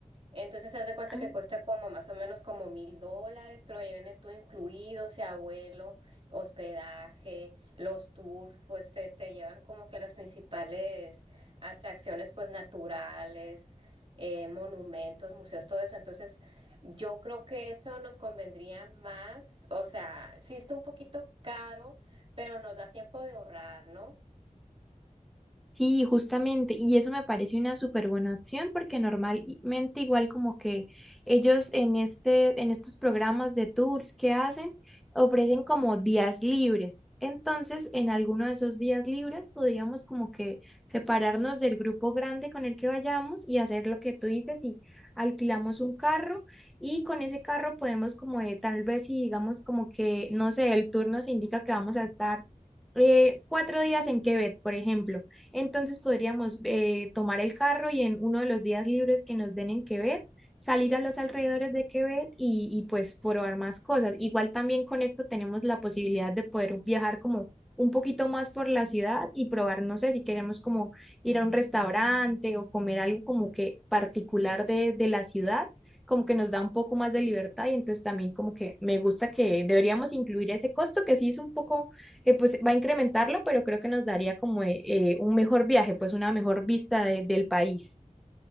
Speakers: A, on the right (about 40°); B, in the centre.
A: Entonces se hace cuenta
B: Ah.
A: que cuesta como más o menos como mil dólares, pero ya viene todo incluido, o sea, vuelo, hospedaje, los tours, pues te, te llevan como que a las principales atracciones pues naturales, eh, monumentos, museos, todo eso. Entonces yo creo que eso nos convendría más, o sea, sí está un poquito caro, pero nos da tiempo de ahorrar, ¿no?
B: Sí, justamente, y eso me parece una súper buena opción porque normalmente igual como que ellos en este, en estos programas de tours que hacen, ofrecen como días libres. Entonces, en alguno de esos días libres podríamos como que separarnos del grupo grande con el que vayamos y hacer lo que tú dices y alquilamos un carro y con ese carro podemos como de, tal vez si digamos como que, no sé, el tour nos indica que vamos a estar eh, cuatro días en Quebec, por ejemplo. Entonces podríamos eh, tomar el carro y en uno de los días libres que nos den en Quebec, salir a los alrededores de Quebec y, y pues probar más cosas. Igual también con esto tenemos la posibilidad de poder viajar como un poquito más por la ciudad y probar, no sé, si queremos como ir a un restaurante o comer algo como que particular de, de la ciudad, como que nos da un poco más de libertad y entonces también como que me gusta que deberíamos incluir ese costo que sí es un poco eh, pues va a incrementarlo, pero creo que nos daría como eh, eh, un mejor viaje, pues una mejor vista de- del país.